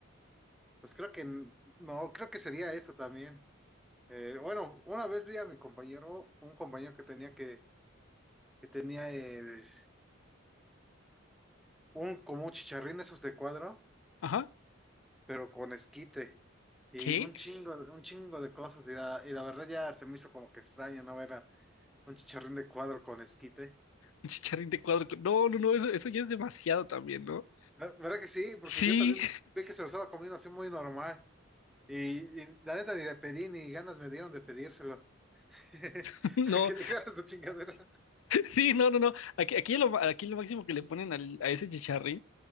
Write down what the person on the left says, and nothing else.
Ajá,
¿qué?
Un chicharrín de cuadro, con- no, no, no, eso, eso ya es demasiado también, ¿no?
Sí,
<laughs> no,
sí, no, no, no, aquí, aquí, lo, ma- aquí lo máximo que le ponen al- a ese chicharrín.